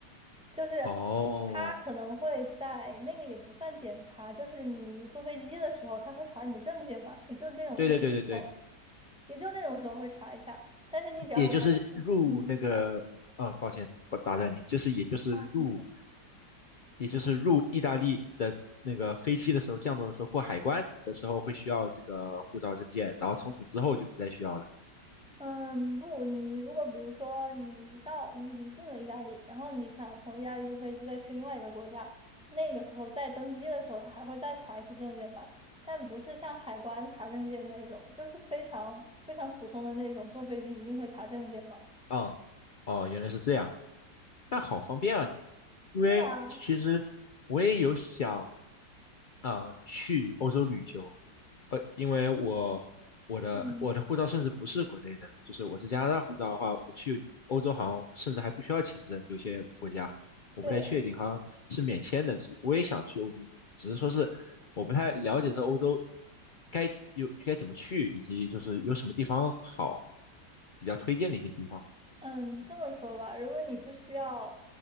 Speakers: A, in the centre; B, on the left.
A: 就是
B: 哦，
A: 他可能会在那个也不算检查，就是你坐飞机的时候，他会查你的证件嘛，也就那种那种时候，
B: 对对对对对。
A: 也就那种时候会查一下。但是你只要给他看，
B: 也就是入那个，
A: 嗯
B: 啊，抱歉，不打断你，就是也就是入，
A: 啊，没事。
B: 也就是入意大利的那个飞机的时候，降落的时候过海关的时候会需要这个护照证件，然后从此之后就不再需要了。
A: 嗯，不，你如果比如说你到你已经进了意大利，然后你想从意大利坐飞机再去另外一个国家，那个时候在登机的时候，他还会再查一次证件吧，但不是像海关查证件那种，就是非常非常普通的那种，坐飞机一定会查证件嘛。
B: 嗯，哦，原来是这样，那好方便啊你们，因为其实我也有想
A: 对啊，
B: 啊，去欧洲旅游，呃，因为我我的我的护照甚至不是国内的，
A: 嗯，
B: 就是我是加拿大护照的话，我去欧洲好像甚至还不需要签证，有些国家我不太确定，
A: 对。
B: 好像是免签的。我也想去欧洲旅游，只是说是我不太了解这欧洲该有该怎么去，以及就是有什么地方好，比较推荐的一些地方。
A: 嗯，这么说吧，如果你不需要